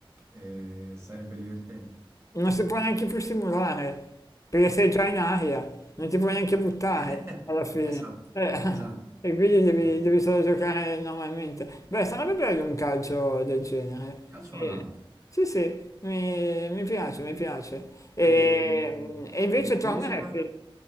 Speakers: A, on the right; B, on the left.
A: Eh, sarebbe divertente.
B: Non si può neanche più simulare, perché sei già in aria, non ti puoi neanche buttare
A: <laughs>
B: alla fine.
A: Esatto,
B: Eh, <laughs>
A: esatto,
B: e quindi devi,
A: esatto.
B: devi solo giocare normalmente. Beh, sarebbe bello un calcio del genere.
A: Calcio
B: Eh,
A: volante.
B: Sì, sì, mi, mi piace, mi piace. E,
A: E, mh,
B: e invece
A: dimmi,
B: torneresti?
A: musica?